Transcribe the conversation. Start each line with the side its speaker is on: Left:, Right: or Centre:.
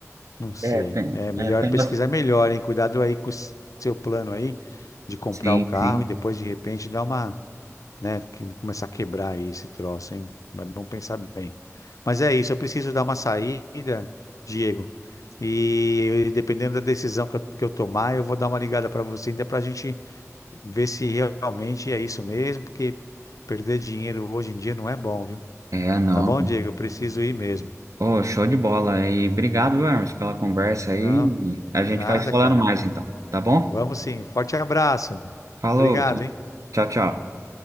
Left: Não sei.
Right: É, tem,
Left: É melhor
Right: é, tem
Left: pesquisar
Right: bastante.
Left: melhor, hein? Cuidado aí com o seu plano aí de comprar
Right: Sim,
Left: o carro
Right: sim.
Left: e depois de repente dar uma né? Que começar a quebrar aí esse troço, hein? Mas Vamos pensar bem. Mas é isso, eu preciso dar uma saída, Diego. E dependendo da decisão que eu, que eu tomar, eu vou dar uma ligada para você ainda para a gente ver se realmente é isso mesmo, porque perder dinheiro hoje em dia não é bom, viu?
Right: É, não.
Left: Tá bom, Diego? Eu preciso ir mesmo.
Right: Ô, show de bola. E obrigado, Hermes, pela conversa aí.
Left: Não,
Right: A gente
Left: nada,
Right: vai se falando
Left: cara.
Right: mais então, tá bom?
Left: Vamos sim. Forte abraço.
Right: Falou.
Left: Obrigado, hein?
Right: Tchau, tchau.